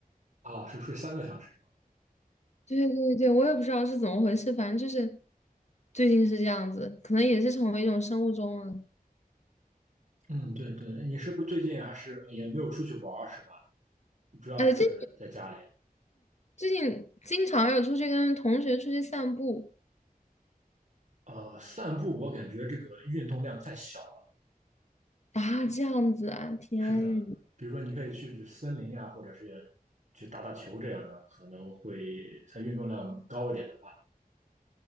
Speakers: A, on the right; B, on the left.
A: 啊，是睡三个小时是吧？
B: 对对对，我也不知道是怎么回事，反正就是最近是这样子，可能也是成为一种生物钟了。
A: 嗯，对对，你是不是最近还是也没有出去玩儿是吧？主要是在家里。
B: 呃，这。最近经常有出去跟同学出去散步
A: 呃，散步我感觉这个运动量太小
B: 啊，这样子啊，天呐，
A: 是的，比如说你可以去去森林呀，或者是去打打球这样的，可能会它运动量高一点的话，